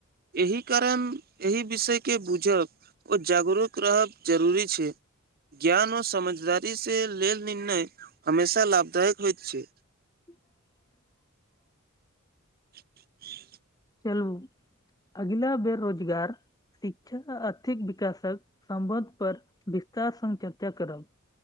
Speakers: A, on the right; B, on the left.
A: एहि कारण एहि विषयके बुझब ओ जागरूक रहब जरूरी छै ज्ञान आ समझदारी सँ लेल निर्णय हमेशा लाभदायक होइत छै
B: <inaudible>
A: <inaudible>
B: चलु अगिला बेर रोजगार शिक्षा आ आर्थिक विकासक सम्बन्ध पर विस्तार सँ चर्चा करब